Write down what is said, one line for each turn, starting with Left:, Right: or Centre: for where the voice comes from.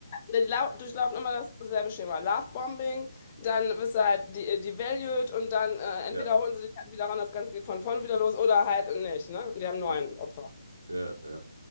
Left: Die lau- durchlaufen immer dasselbe Schema. Lovebombing, dann wirst du halt de- devalued und dann äh, entweder
Right: ja,
Left: holen sie dich halt wieder ran, das Ganze geht von vorn wieder los oder halt nicht, ne? Und die haben neun
Right: ja,
Left: Opfer.
Right: ja, ja.